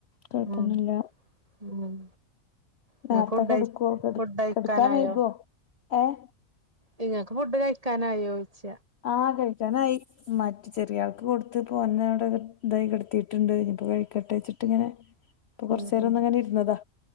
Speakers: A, on the left; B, on the right.
A: കൊഴപ്പൊന്നുല്ല
B: ഉം ഉം നിങ്ങക്ക്
A: നേർത്തെ
B: ഫുഡ്
A: കെടുക്കുവോ കെട്
B: ഫുഡ് കഴിക്കാനായോ
A: കെട്ക്കാൻ വൈകോ ഏഹ്
B: നിങ്ങക്ക് ഫുഡ് കഴിക്കാനായൊച്ച
A: ആഹ് കഴിക്കാനായി മറ്റ് ചെറിയാക്ക് കൊടു ത്തു <unintelligible> ഇതായി കെടത്തിട്ട്ണ്ട് ഇപ്പോ കഴിക്കെട്ടച്ചിട്ട്ങ്ങനെ ഇപ്പൊ കൊറച്ചേരം
B: ഉം ഉം
A: ഒന്ന്ങ്ങനെ ഇരുന്നതാ